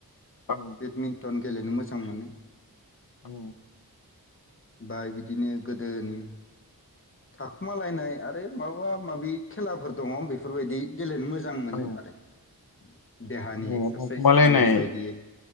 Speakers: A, on the left; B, on the left.
A: औ
B: बेट मिनटन गेलेनो मोजां मोनो।
A: औ।
B: बा बिदिनो गोदोनि थाखुमालायनाय आरो माबा माबि खेलाफोर दङ बेफोरबायदि गेलेनो मोजां मोनो
A: औ
B: आरो। <inaudible> देहानि
A: औ
B: एक्सारसाइस
A: थाखुमालायनाय
B: जानाय बायदियै